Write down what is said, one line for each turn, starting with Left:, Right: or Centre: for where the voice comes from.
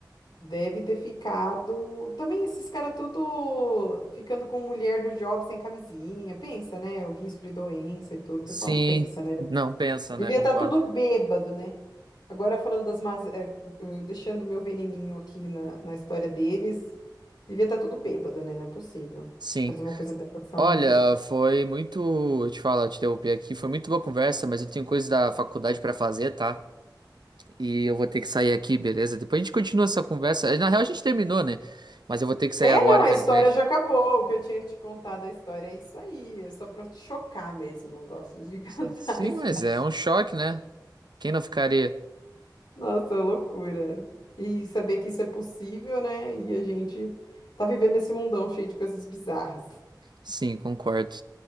Left: Deve ter ficado. Também esses caras tudo ficando com mulher do job sem camisinha. Pensa, né? O risco de doença e tudo. O pessoal
Right: Sim.
Left: não pensa, né?
Right: Não pensa, né?
Left: Devia
Right: Concordo.
Left: estar tudo bêbado, né? Agora falando das más. eh, eh, Deixando meu veneninho aqui na, na história deles. Devia estar tudo bêbado, né? Não é possível.
Right: Sim.
Left: Fazer uma coisa dessa,
Right: Olha,
Left: não sei se é possível.
Right: foi muito. Eu te falo, eu te interrompi aqui. Foi muito boa conversa, mas eu tenho coisa da faculdade pra fazer, tá? E eu vou ter que sair aqui, beleza? Depois a gente continua essa conversa. Na real, a gente terminou, né? Mas eu vou ter que sair
Left: É,
Right: agora,
Left: não, a
Right: infelizmente.
Left: história já acabou. O que eu tinha te contado a história é isso aí. É só pra te chocar mesmo. Não gosto de <laughs>
Right: Sim,
Left: cantar a história.
Right: mas é um choque, né? Quem não ficaria?
Left: Nossa, é loucura. E saber que isso é possível, né? E a gente tá vivendo nesse mundão cheio de coisas bizarras.
Right: Sim, concordo.